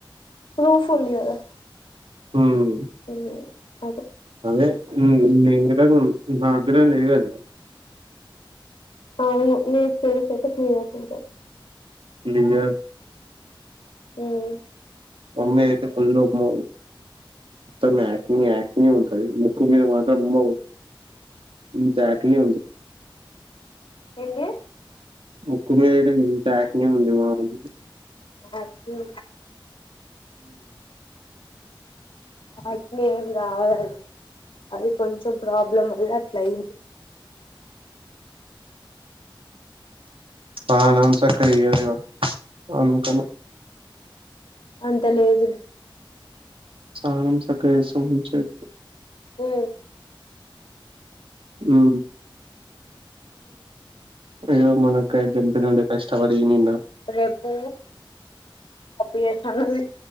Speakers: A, on the left; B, on the right.
A: ప్రూఫ్ ఉంది కదా.
B: హ్మ్.
A: ఉ అదే
B: అదే <unintelligible> నాగ్గరేం లేవుగని
A: అవును మీ పేస్ అయితే క్లియర్గా ఉంటది.
B: లింగా
A: ఉం
B: మమ్మీది అయితే ఫుల్ అమ్మో మొత్తం యాక్ని యాక్ని ఉంటది ముక్కు మీద మాత్రం అమ్మో ఇంత యాక్ని ఉంది.
A: ఎంది
B: ముక్కుమీదనే ఇంత యాక్ని ఉంది మా ఉం
A: యాక్ని యాక్ని ఏం కాదు అది అది కొంచెం ప్రాబ్లం వల్ల అట్లయింది.
B: తానంసక్కగా చెయ్యారుగా అందుకనె
A: అంత లేదులే.
B: స్నానం సక్కగా చేస్తే మంచిగ అయితది.
A: మ్మ్
B: మ్మ్
A: ఉం
B: అయ్యో మన <unintelligible> ఇష్టపడినిన్నా
A: రేపు పప్పు ఎస్ తా అన్నది